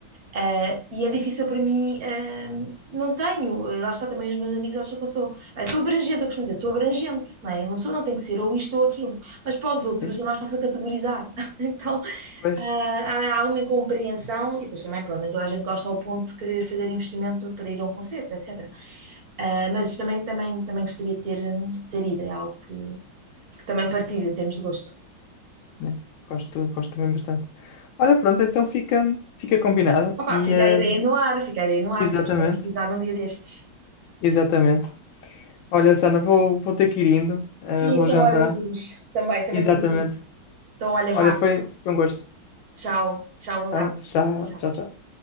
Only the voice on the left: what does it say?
Sim,
Pois,
né? Gosto, gosto também bastante. Olha, pronto, então fica, fica combinado.
E
hum,
exatamente,
exatamente. Olha, Sana, vou, vou ter que ir indo, eh,
vou
jantar.
Exatamente.
Olha,
foi, foi um gosto.
Então,
tchau,
tchau,
tchau.